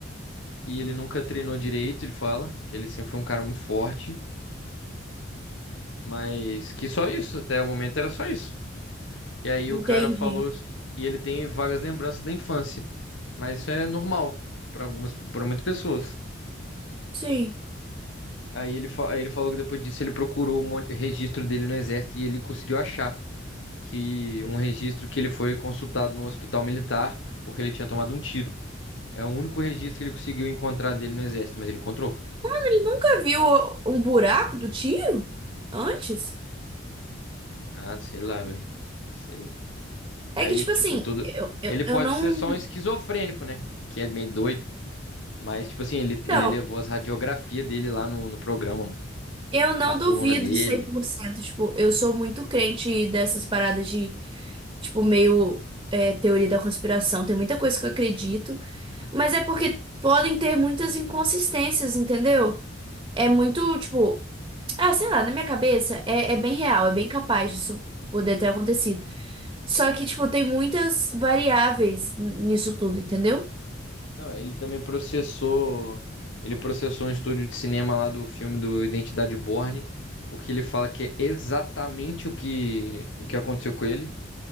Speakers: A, on the left; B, on the right.
A: e ele nunca treinou direito, ele fala, que ele sempre foi um cara muito forte, mas que só isso, até o momento era só isso. E aí
B: entendi.
A: o cara falou, e ele tem vagas lembranças da infância, mas isso é normal para algumas, para muitas pessoas.
B: Sim.
A: Aí ele, fa- aí ele falou que depois disso ele procurou um monte, registro dele no exército e ele conseguiu achar que um registro que ele foi consultado no hospital militar porque ele tinha tomado um tiro. É o único registro que ele conseguiu encontrar dele no exército, mas ele encontrou.
B: Ele nunca viu um buraco do tiro antes?
A: Ah, sei lá, velho. Sei lá.
B: É
A: Aí,
B: que, tipo
A: tipo,
B: assim,
A: tudo.
B: eu, eu,
A: Ele pode
B: eu não.
A: ser só um esquizofrênico, né? Que é meio doido. Mas, tipo assim, ele,
B: Então,
A: ele levou as radiografias dele lá no, no programa, mano.
B: eu não
A: Da coluna
B: duvido
A: dele.
B: cem por cento. Tipo, eu sou muito crente dessas paradas de, tipo, meio é, teoria da conspiração. Tem muita coisa que eu acredito, mas é porque podem ter muitas inconsistências, entendeu? É muito, tipo. Ah, sei lá, na minha cabeça é, é bem real, é bem capaz disso poder ter acontecido. Só que, tipo, tem muitas variáveis n- nisso tudo, entendeu?
A: Não, ele também processou. Ele processou um estúdio de cinema lá do filme do Identidade Borne, porque ele fala que é exatamente o que, o que aconteceu com ele.